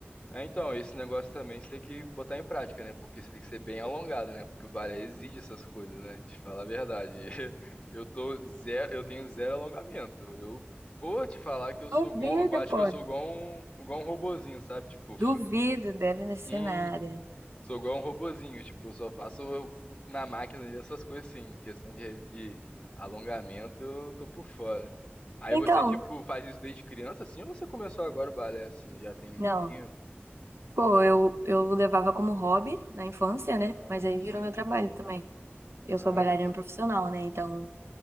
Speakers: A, on the left (about 20°); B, on the right (about 85°).
A: É, então, esse negócio também você tem que botar em prática, né? Porque você tem que ser bem alongado, né? Porque o balé exige essas coisas, né? Te falar a verdade. <laughs> Eu tô zero, eu tenho zero alongamento. Eu, pô, te falar que eu sou
B: Duvido,
A: igual, eu acho
B: pô.
A: que eu sou igual um, igual um robozinho, sabe? Tipo,
B: Duvido, deve ser
A: <laughs>
B: nada.
A: Sou igual um robozinho, tipo, eu só faço o- o- na máquina ali essas coisas assim, questão de, res- de alongamento, eu tô por fora. Aí
B: Então,
A: você, tipo, faz isso desde criança, assim, ou você começou agora o balé, assim, já tem um
B: não.
A: tempo?
B: Pô, eu, eu levava como hobby na infância,
A: Ah,
B: né? Mas aí virou
A: sim.
B: meu trabalho também. eu
A: Caraca,
B: sou bailarina
A: aqui, ó.
B: profissional, né? Então,